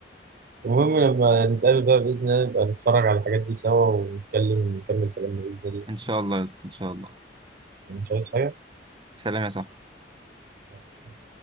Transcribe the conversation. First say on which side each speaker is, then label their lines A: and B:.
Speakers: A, on the right; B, on the right.
A: المهم لما نتقابل بقى باذن الله نبقى نتفرج على الحاجات دي سوا ونتكلم نكمل كلامنا باذن الله
B: ان شاء الله يا اسطى ان شاء الله
A: يعني مش عايز حاجة
B: سلام يا صاحبي
A: بس